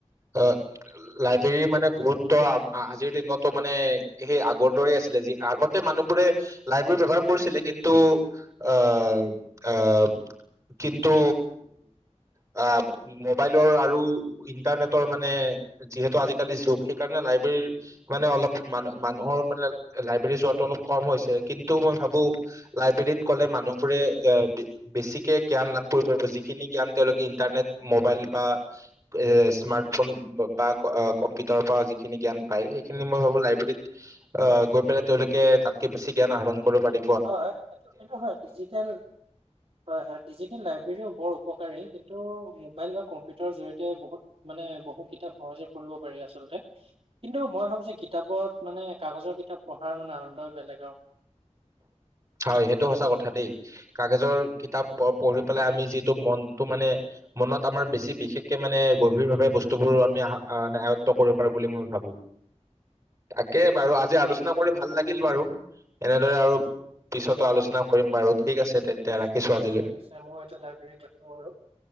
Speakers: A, on the right; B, on the right.
A: অঁ- লাইব্ৰেৰীৰ মানে গুৰুত্ব আজিৰ দিনতো মানে সেই আগৰ দৰেই আছিলে। যি আগত- গোটেই মানুহবোৰে লাইব্ৰেৰী ব্যৱহাৰ কৰিছিলে কিন্তু আহ আহ কিন্তু আ মোবাইলৰ আৰু ইণ্টাৰনেটৰ মানে যিহেতু আজিকালি যুগ সেইকাৰণে লাইব্ৰেৰীৰ মানে অলপ মান মানুহৰ মানে লাইব্ৰেৰী যোৱাটো অলপ কম হৈছে কিন্তু মই ভাবো লাইব্ৰেৰীত গলে মানুহবোৰে এ দি বেছিকে জ্ঞান লাভ কৰিব পাৰিব যিখিনি জ্ঞান তেওঁলোকে ইন্টাৰনেট মোবাইল বা এ স্মাৰ্টফোন ব বা ক আ কম্পিউটাৰৰ পৰা যিখিনি জ্ঞান পায় সেইখিনি মই ভাবো লাইব্ৰেৰীত অ গৈ পেলাই তেওঁলোকে তাতকে বেছি জ্ঞান আহৰণ কৰিব পাৰি।
B: হয় এইটো এইটো হয়, ডিজিটেল হয় হয় ডিজিটেল লাই ব্ৰেৰিও বৰ উপকাৰী কিন্তু মোবাইল বা কম্পিউটাৰৰ জৰিয়তে বহুত মানে বহু কিতাপ হয় যে ফুৰিব পাৰি আচলতে। কিন্তু মই ভাবো যে কিতাপত মানে কাগজৰ কিতাপ পঢ়াৰ মানে আনন্দই বেলেগ আৰু।
A: হয় সেইটো সঁচা কথা দেই। কাগজৰ কিতাপ প পঢ়ি পেলাই আমি যিটো মনটো মানে মনত আমাৰ বেছি বিশেষকে মানে গভীৰভাৱে বস্তুবোৰ আমি আহা আ আয়ত্ব কৰিব পাৰো বুলি মই ভাবো।
B: <inaudible>
A: তাকে বাৰু, আজি আলোচনা কৰি ভাল লাগিল বাৰু। দৰে
B: ভাল
A: আৰু
B: লাগিল, ভাল লাগিল
A: পিছতো আলোচনা কৰিম বাৰু ঠিক আছে। তেন্তে
B: নিশ
A: ৰাখিছো
B: নিশ্চয়
A: আজিলৈ
B: নিশ্চয়, মই এটা লাইব্ৰেৰীত আছো আৰু।